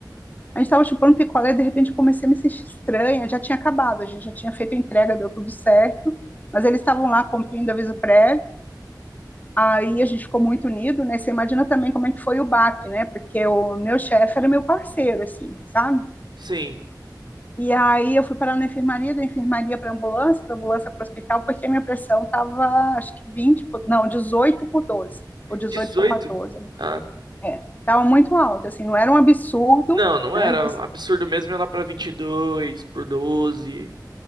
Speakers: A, on the left; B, on the right.
A: a gente tava chupando picolé, de repente eu comecei a me sentir estranha, já tinha acabado, a gente já tinha feito a entrega, deu tudo certo, mas eles estavam lá cumprindo aviso prévio, Aí a gente ficou muito unido, né? Você imagina também como é que foi o baque, né? Porque o meu chefe era meu parceiro, assim, sabe?
B: Sim.
A: E aí eu fui parar na enfermaria, da enfermaria para ambulância, da ambulância para o hospital, porque a minha pressão estava, acho que vinte por- não, 18 por 12 ou dezoito
B: 18.
A: por quatorze
B: Ah,
A: É, estava muito alta, assim, não era um absurdo,
B: Não, não
A: né?
B: era.
A: Mas
B: Absurdo mesmo ia lá pra 22 por 12,